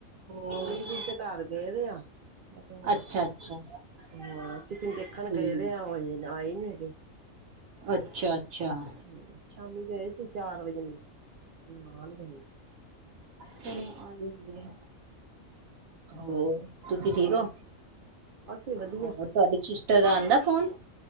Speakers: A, on the right; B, on the right.
A: ਹੋਰ
B: ਮੰਮੀ ਵੀ ਕਿਸ ਦੇ ਘਰ ਗਏ ਦੇ ਆ। ਹੋਰ
A: ਅੱਛਾ ਅੱਛਾ
B: ਹਾਂ ਕਿਸੇ ਨੂੰ ਦੇਖਣ
A: ਠੀਕ
B: ਗਏ ਦੇ ਆ ਆਏ ਨੀ ਹੈਗੇ ਹਜੇ।
A: ਅੱਛਾ ਅੱਛਾ
B: ਹਮ ਸ਼ਾਮੀ ਗਏ ਸੀ ਚਾਰ ਵਜੇ ਨੂੰ ਆ ਨੀ ਕਦੀ
A: ਕਿਹਨੂੰ ਆ ਜਾਂਦੀ ਹੈ। ਹੋਰ ਤੁਸੀਂ ਠੀਕ
B: ਹੋਰ
A: ਹੋ
B: ਅਸੀਂ ਵਧੀਆ
A: ਹੋਰ ਤੁਹਾਡੇ ਸਿਸਟਰ ਦਾ ਆਉਂਦਾ ਫੋਨ।